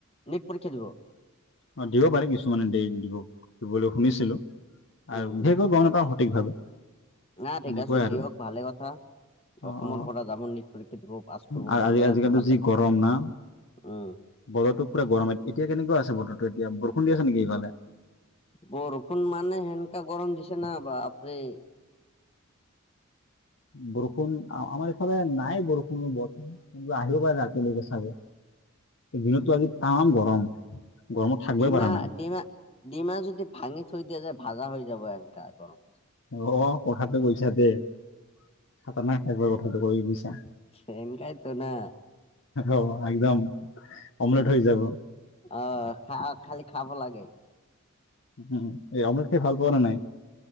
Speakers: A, on the left; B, on the left.
A: নিট পৰীক্ষা দিব
B: অ দিব পাৰে কিছুমানে দে দিব দিবলৈ শুনিছিলো
A: উম
B: আৰু বিশেষ কৈ গম নাপাওঁ সঠিকভাৱে
A: না ঠিক
B: এনেকুৱাই
A: আছে
B: আৰু
A: দিয়ক ভালে কথা।
B: অ
A: অসমৰ
B: অ
A: পৰা যাম নীট পৰীক্ষা পাছ কৰিব
B: আৰু
A: মজা
B: আজি আজিকালিতো
A: লাগিব ভাল
B: যি
A: লাগিব
B: গৰম না
A: উম
B: বতৰটো পূৰা গৰমে এতিয়া কেনেকুৱা আছে বতৰটো এতিয়া বৰষুণ দি আছে নেকি ইফালে
A: বৰষুণ মানে সেনেকা গৰম দিছে না বাপৰে।
B: বৰষুণ আমাৰ ইফালে নাই বৰষুণো বৰ্তমান। কিন্তু আহিব পাৰে ৰাতিলৈকে চাগে। দিনতটো আজি তামাম গৰম। গৰমত থাকবই
A: ডিমা-ডিমা-ডিমা
B: পৰা নাই
A: যদি ভাঙি থৈ দিয়া যায়, ভাজা হৈ যাব এনকা গৰম।
B: অ, কথাটো কৈছা দেই। খাতাৰনাক টাইপৰ কথাটো কৈ দিছা।
A: সেনেকাই তো না।
B: অ, একদম অমলত হৈ যাব।
A: আহ খা খালি খাব লাগে।
B: উম, অমলেট খাই ভাল পোৱা ন নাই?